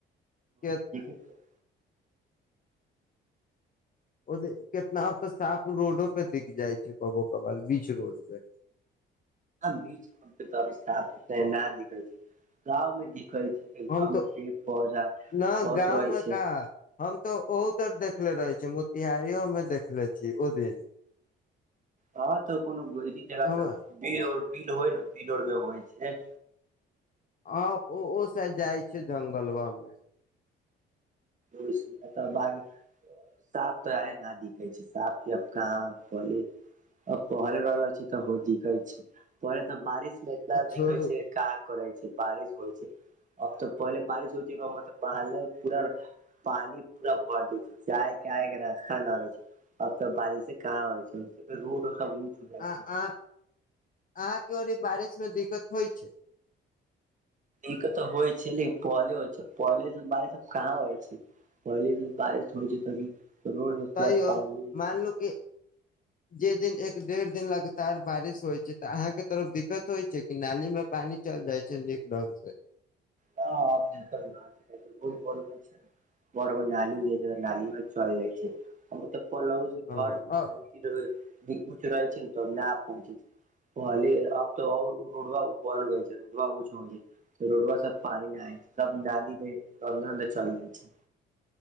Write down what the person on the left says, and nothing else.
के
ओ कितना त साफ रोडो पे दिख जाइ छै कभो कभार बीच रोड पे
हम तो
न
गाँव
मे
कहा हम तऽ ओहु तर देखले रहे छी मोतिहारी ओ मे देखले छी ओ दिन
हम
हां ओ ओ साइब जाय छै जंगलवा मे
आ
छोड़ू
आ
अह अहाँके ओर बारिश में दिक्कत होइ छै
तैयो
मानलू कि जे दिन एक डेढ़ दिन लगातार बारिश होइ छै तऽ अहाँके तरफ दिक्कत होइ छै नाली में पानी चल जाइ छै नीक ढंग से
अ